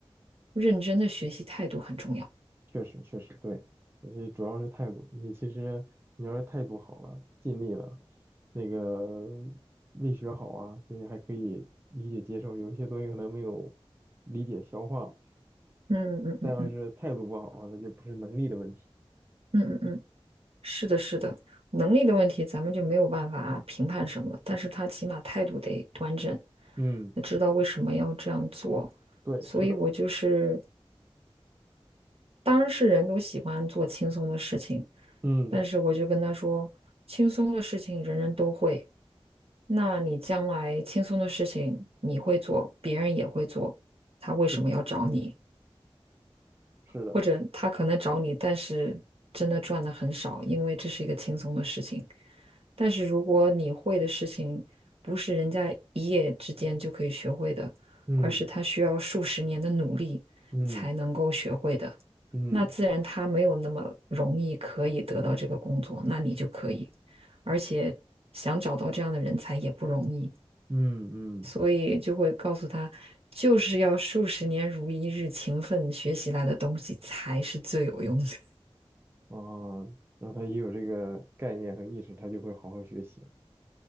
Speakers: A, on the right; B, on the right.
A: 认真的学习态度很重要。
B: 确实确实对，而且主要是态度。你其实你要是态度好了，尽力了，那个胃学好啊，其实还可以理解接受。有一些东西可能没有理解消化，
A: 嗯嗯嗯嗯
B: 但要是态度不好啊，那就不是能力的问题。
A: 嗯嗯嗯。嗯是的，是的，能力的问题咱们就没有办法评判什么，但是他起码态度得端正，
B: 嗯，
A: 得知道为什么要这样做。
B: 对，
A: 所以我就是，
B: 是的，
A: 当然是人都喜欢做轻松的事情，
B: 嗯，
A: 但是我就跟他说，轻松的事情人人都会，那你将来轻松的事情你会做，别人也会做，他为什么要找你？
B: 对，是的，
A: 或者他可能找你，但是真的赚的很少，因为这是一个轻松的事情。但是如果你会的事情不是人家一夜之间就可以学会的，
B: 嗯
A: 而是他需要数十年的努力才能够学会的，
B: 嗯嗯
A: 那自然他没有那么容易可以得到这个工作，那你就可以，而且想找到这样的人才也不容易。
B: 嗯嗯，
A: 所以就会告诉他，就是要数十年如一日勤奋学习来的东西才是最有用的。<laughs>
B: 啊，让他也有这个概念和意识，他就会好好学习。